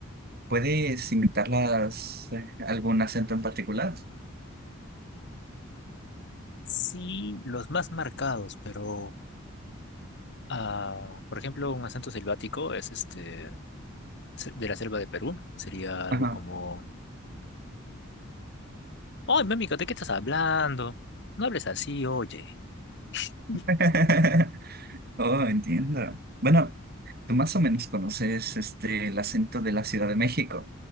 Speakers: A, on the right; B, on the left.
A: ¿Puedes invitarlas eh, a algún acento en particular?
B: Sí, los más marcados, pero ah, por ejemplo, un acento selvático es este se- de la selva de Perú. Sería algo
A: Ajá.
B: como, ¡Ay, mami, ¿de qué estás hablando? No hables así, oye. <laughs>
A: <laughs> Oh, entiendo. Bueno, tú más o menos conoces este el acento de la Ciudad de México,